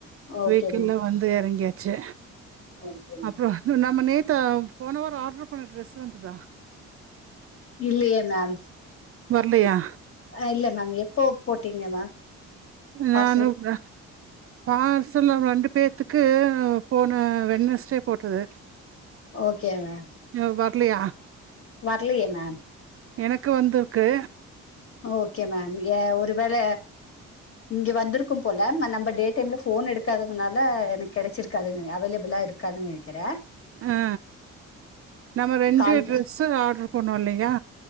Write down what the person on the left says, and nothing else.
ஓகே
மேம்
ஓகே மேம்
இல்லையே மேம்
அ இல்ல மேம் எப்போ போட்டீங்க மேம்
பார்சல்
ஓகே மேம்
வர்லையே மேம்
ஓகே மேம் ஏ ஒருவேள இங்க வந்திருக்கு போல நம்ப டே டைம்ல போன் எடுக்காததுனால எனக்கு கிடைச்சிருக்காது அவேளப்பிலா இருக் காதுனு நினைக்குற
கால்